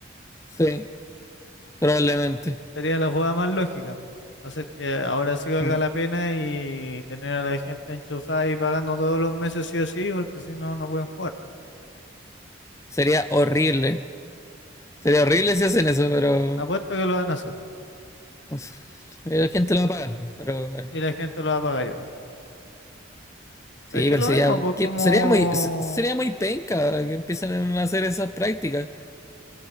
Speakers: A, on the left; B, on the left.
A: Sí, probablemente.
B: Sería la jugada más lógica. Hacer que ahora sí valga
A: Mm.
B: la pena y tener a la gente enchufada y pagando todos los meses sí o sí, porque si no, no pueden jugar.
A: Sería horrible. Sería horrible si hacen eso, pero...
B: Apuesto que lo van a hacer
A: uf, La gente lo va a pagar, pero bueno.
B: y la gente lo va a pagar igual.
A: Sí,
B: Es que
A: pero
B: es lo
A: sería,
B: mismo, pues
A: que-
B: como.
A: sería muy, se- sería muy penca que empiecen a hacer esas prácticas.